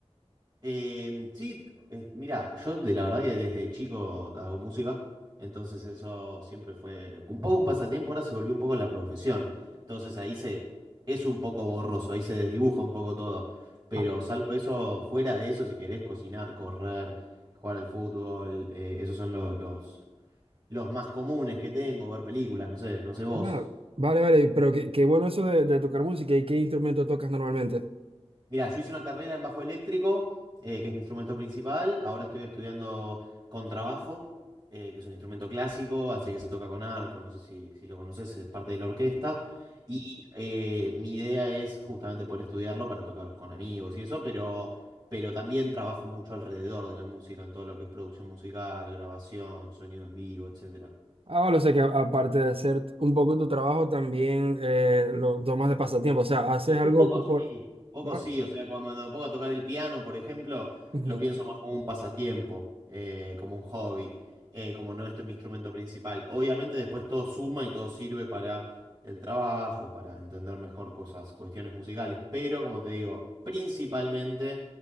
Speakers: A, on the right (about 35°); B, on the right (about 60°).
A: Em, sí, eh, mira, yo de la verdad que desde chico hago música, entonces eso siempre fue un poco un pasatiempo, ahora se volvió un poco la profesión. Entonces ahí se es un poco borroso, ahí se desdibuja un poco todo. Pero
B: Ah,
A: salvo eso, fuera de eso, si querés cocinar, correr, jugar al fútbol, eh, esos son los, los, los más comunes que tengo, ver películas, no sé, no sé vos.
B: ah, vale, vale, pero qué, qué bueno eso de, de tocar música y qué instrumento tocas normalmente.
A: Mira, yo hice una carrera en bajo eléctrico, eh, que es mi instrumento principal. Ahora estoy estudiando contrabajo, eh, que es un instrumento clásico, así que se toca con arco. No sé si, si lo conoces, es parte de la orquesta. Y eh, mi idea es justamente poder estudiarlo para tocar con amigos y eso, pero, pero también trabajo mucho alrededor de la música, en todo lo que es producción musical, grabación, sonido en vivo, etcétera.
B: Ah, bueno, o sea que a- aparte de hacer un poco tu trabajo, también eh, lo tomas de pasatiempo. O sea, haces
A: Y
B: algo
A: un poco
B: co- por...
A: sí, un poco
B: Ah,
A: sí, o sea, cuando me pongo a tocar el piano, por ejemplo,
B: ujú.
A: lo pienso más como un pasatiempo, eh, como un hobby, eh, como no es mi instrumento principal. Obviamente después todo suma y todo sirve para el trabajo, para entender mejor cosas, cuestiones musicales, pero como te digo, principalmente